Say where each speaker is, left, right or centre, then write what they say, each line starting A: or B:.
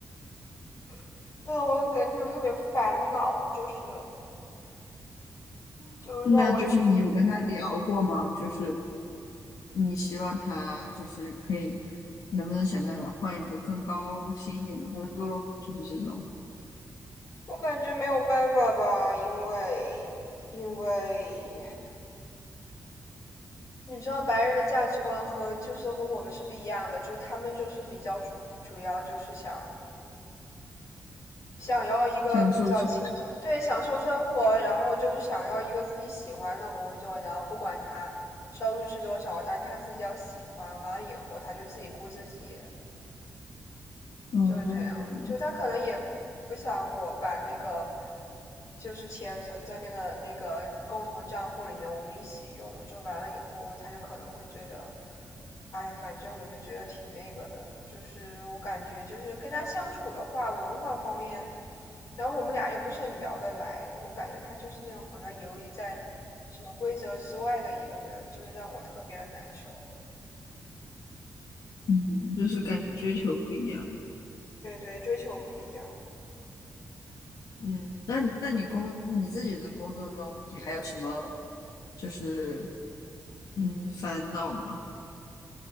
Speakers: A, on the left; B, on the left.
A: <sighs> 那我感觉特别烦恼，就是就让我，
B: 那就是你有跟他聊过吗？就是你希望他就是可以，能不能想办法换一个更高薪一点的工作，就是这种
A: 我感觉没有办法吧，因为因为。你知道白人的价值观和就是和我们是不一样的，就是他们就是比较主主要就是想想要一个比较轻松，
B: 享受生，
A: 对，享受生活，然后就是想要一个自己喜欢的工作，然后不管他收入是多少，但他自己要喜欢，完了以后他就自己顾自己，
B: 嗯
A: 就是这样，就他可能也不不想我把那个就是钱存在那个那个共同账户里面，我们一起用。就完了以后，他就可能会觉得，哎，反正我就觉得挺那个的。就是我感觉，就是跟他相处的话，文化方面，然后我们俩又不是很聊得来，我感觉他就是那种好像游离在什么规则之外的一个人，就是让我特别的难受。
B: 嗯，就是感觉追求不一样。
A: 对对，追求不一样。
B: 嗯，那那你工你自己的工作中，你还有什么就是嗯烦恼吗？